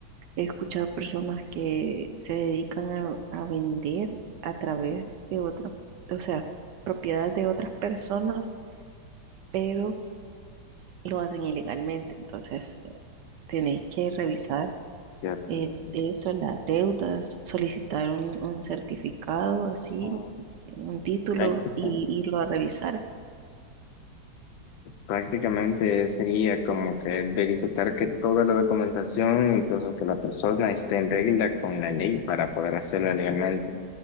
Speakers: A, on the right (about 70°); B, on the left (about 80°).
A: He escuchado personas que se dedican a, a vender a través de otras, o sea, propiedades de otras personas, pero lo hacen ilegalmente. Entonces, eh, tenéis que revisar
B: ya te
A: eh,
B: entiendo.
A: eso, las deudas, solicitar un, un certificado, así,
B: O sea,
A: un título
B: práctica-
A: y irlo a revisar.
B: prácticamente sería como que verificar que toda la documentación, incluso que la persona esté en regla con la ley para poder hacerlo legalmente.